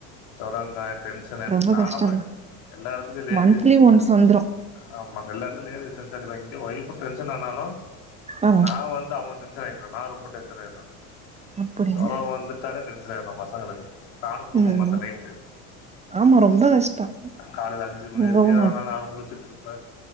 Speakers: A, on the left; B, on the right.
A: ஜொரங் காயு டென்ஷன் ஆய்ர்ச்சு
B: ரொம்ப
A: நானு
B: கஷ்டம்தான்
A: எல்லா எடத்துக்கு இதே
B: மந்த்லி
A: ரீஸ் சிஸ்டர்
B: ஒன்ஸ் வந்துரும்
A: ஆமா இந்த எல்லாத்திடு இதே ரீசன் சேட்டிஃபை இங்க ஒயிஃபு டென்ஷன் ஆனாலு
B: ஆ
A: நா வந்து அவங் டென்ஷன் ஆயிடுவே நா ரொம்ப டென்ஷன் ஆயிடுவே
B: அப்படியா
A: ஜொர வந்துட்டாலே டென்ஷன் ஆயிடுவே பசங்களுக்கு நானு தூங்க
B: ம்
A: மாட்டே நைட்டு
B: ஆமா ரொம்ப கஷ்டம்
A: காலைல அஞ்சு மணி
B: தூங்கவும்
A: வரைக்கு ஆனாலு நா முழிச்சுட்ருப்பே